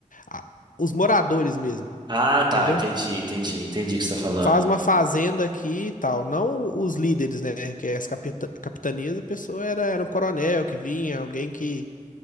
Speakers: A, on the left (about 75°); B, on the right (about 30°).
A: ah, os moradores mesmo,
B: Ah, tá,
A: entendeu?
B: entendi, entendi, entendi o que você está falando.
A: Faz uma fazenda aqui e tal, não os líderes, né, que é as capita- capitanias, a pessoa era, era um coronel que vinha, alguém que